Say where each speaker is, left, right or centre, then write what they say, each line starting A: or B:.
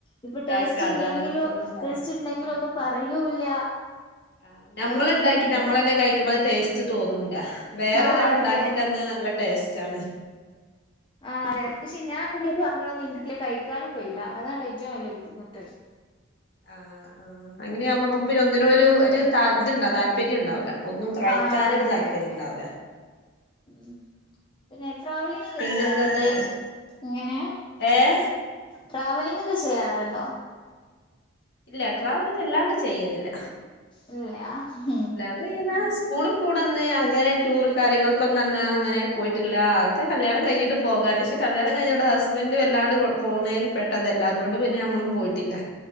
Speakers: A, on the left (about 25°); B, on the left (about 60°).
A: ഇപ്പൊ
B: ഇണ്ടാക്ക
A: ടേസ്റ്റ് ഇല്ലെങ്കിലും
B: അതാണ് നമുക്കൊന്നും പറയാ
A: ടേസ്റ്റ് ഇണ്ടെങ്കിലും
B: ആഹ്
A: ഒന്നും
B: ആഹ്
A: പറയൂല്ല
B: ആഹ് ഞമ്മളിണ്ടാക്കി
A: ആ ഒരു ഫ്രീഡം ഇണ്ടാവല്ലോ
B: ഞമ്മളന്നെ കഴി അത് ടേസ്റ്റ് തോന്നൂല വേറൊരാൾ
A: ആഹ് അതെ
B: ഇണ്ടാക്കി തന്ന നല്ല ടേസ്റ്റാണ്
A: ആ അതെ പക്ഷെ ഞാ <unintelligible> കഴിക്കാനും കയൂല്ല അതാണ് ഏറ്റവും വലിയ ബുദ്ധിമുട്ട്
B: ആഹ് ആഹ് അങ്ങനെയാമ്പോ നമുക്ക് ഒന്നിനും ഒരു ഒരു ഇത്ണ്ടാ താല്പര്യം ഇണ്ടാവില്ല ഒന്നും കയ്ക്കാനൊരു
A: ആഹ് അതെ
B: താല്പര്യം
A: അതെ
B: ഇണ്ടാവൂല
A: ഉം പിന്നെ ട്രാവലിംഗ് ഒക്കെ
B: പിന്നെന്തന്ന്
A: ചെയ്യാറുണ്ടോ ഇങ്ങനെ
B: ഏഹ്
A: ട്രാവലിംഗ് ഒക്കെ ചെയ്യാറുണ്ടോ
B: ഇല്ല ട്രാവല് അല്ലാണ്ട് ചെയ്യലില്ല
A: ഇല്ല മ്
B: <unintelligible> സ്കൂളി പോണന്ന് അങ്ങനെ ടൂറ് കാര്യങ്ങൾക്കന്ന അന്ന് അങ്ങനെ പോയിട്ടില്ല ഒക്കെ കല്യാണം കഴിഞ്ഞിട്ട് പോകാ പക്ഷെ കല്യാണം കഴിഞ്ഞിട്ട് പോകാലെ പക്ഷെ ഹസ്ബൻ്റ് വല്ലാണ്ട് പോന്നേൽ പെട്ടതല്ല അതൊണ്ട് ഞമ്മളും പോയിട്ടില്ല